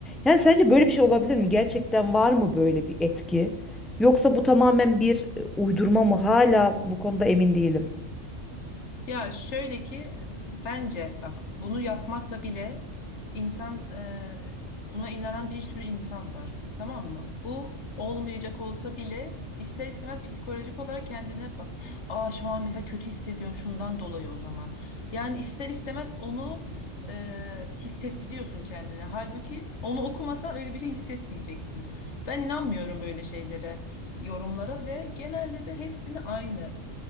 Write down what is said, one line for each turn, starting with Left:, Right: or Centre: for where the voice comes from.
Centre: Yani sence böyle bir şey olabilir mi? Gerçekten var mı böyle bir etki? Yoksa bu tamamen bir e, uydurma mı? Hala bu konuda emin değilim.
Left: Ya şöyle ki bence bak bunu yapmakla bile insan e, buna inanan bir sürü insan var. Tamam mı? Bu olmayacak olsa bile ister istemez psikolojik olarak kendine bak. Aa şu an mesela kötü hissediyorum şundan dolayı o zaman. Yani ister istemez onu e, hissettiriyorsun kendine. Halbuki onu okumasan öyle bir şey hissetmeyeceksin. Ben inanmıyorum böyle şeylere, yorumlara ve genelde de hepsini aynı